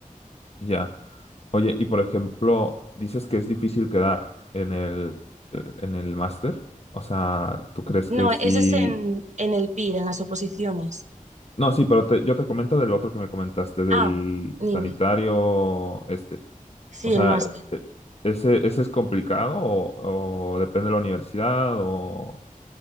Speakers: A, on the left; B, on the right.
A: ya. Oye, y por ejemplo, dices que es difícil quedar en el, en el máster, o sea, ¿tú crees
B: No,
A: que sí?
B: ese es en, en el PIR, en las oposiciones.
A: No, sí, pero te- yo te comento del otro que me comentaste, del
B: Ah, dime.
A: sanitario este.
B: Sí,
A: O sea,
B: el máster.
A: e- ¿ese, ese es complicado o, o depende de la universidad o...?